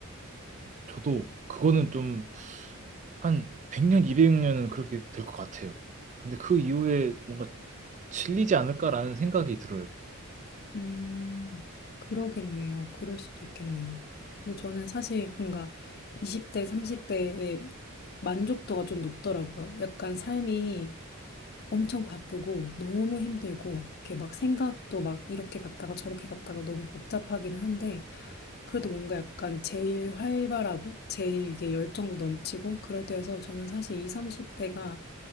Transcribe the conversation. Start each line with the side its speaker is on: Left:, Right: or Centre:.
Right: 저도 그거는 좀 한 100년, 200년은 그렇게 될 것 같아요. 근데 그 이후에 뭔가 질리지 않을까라는 생각이 들어요.
Left: 음, 그러겠네요. 그럴 수도 있겠네요. 근데 저는 사실 뭔가 20대, 30대의 만족도가 좀 높더라고요. 약간 삶이 엄청 바쁘고 너무 힘들고 이렇게 막 생각도 막 이렇게 갔다가 저렇게 갔다가 너무 복잡하기는 한데 그래도 뭔가 약간 제일 활발하고 제일 이게 열정도 넘치고 그럴 때여서 저는 사실 20, 30대가